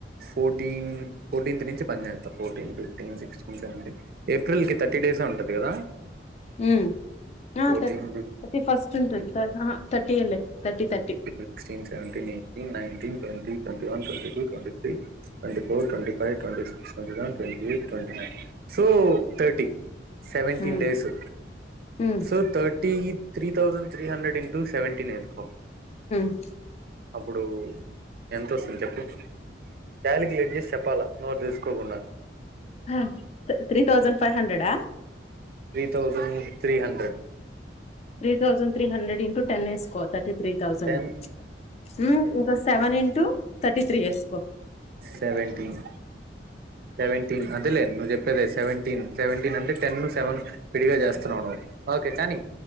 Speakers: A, on the right (about 55°); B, on the left (about 35°).
A: fourteen fourteenth నుంచి పని చేస్తా ఫోర్టీన్ ఫిఫ్టీన్ సిక్స్టీన్ సెవెంటీన్ ఏప్రిల్కి థర్టీ డేసే ఉంటది కదా
B: హ్మ్ ఆ
A: ఫోర్టీన్
B: థర్టీ థర్టీ ఫస్ట్ ఉంటది ఆహా థర్టీ ఏ లే thirty thirty
A: sixteen seventeen eighteen nineteen twenty ట్వం twenty one twenty two twenty three twenty four twenty five twenty six twenty seven twenty eight twenty nine so thirty seventeen
B: um
A: days
B: um
A: so thirty three thousand three hundred into seventeen ఏసుకో
B: మ్మ్
A: అప్పుడు ఎంతొస్తుంది చెప్పు calculate చేసి చెప్పాలా నోర్సు తీసుకోకుండా
B: హా త్రీ థౌజండ్ ఫైవ్ హండ్రెడా
A: three thousand three hundred
B: three thousand three hundred into ten వేసుకో థర్టీ త్రీ థౌసండ్
A: టెన్
B: మ్మ్ ఇంకా సెవెన్ ఇంటూ థర్టీ త్రీ వేసుకో
A: సెవెన్టీన్ సెవెన్టీన్ అంతేలే నువ్ జెప్ కనే సెవెన్టీన్ సెవెంటీన్ అంటే టెన్ సెవెన్ విడిగా చేస్తున్నావు నువ్ ఓకే కానీ